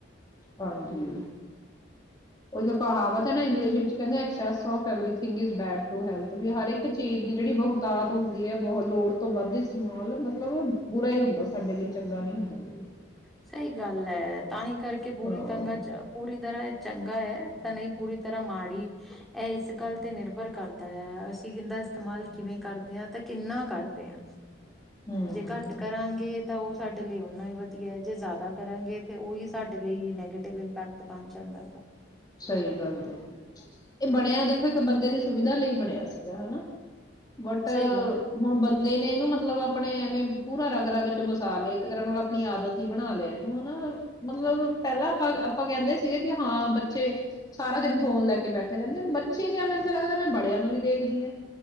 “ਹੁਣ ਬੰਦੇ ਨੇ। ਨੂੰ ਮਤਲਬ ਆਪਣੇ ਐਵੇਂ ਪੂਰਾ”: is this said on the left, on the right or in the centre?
Left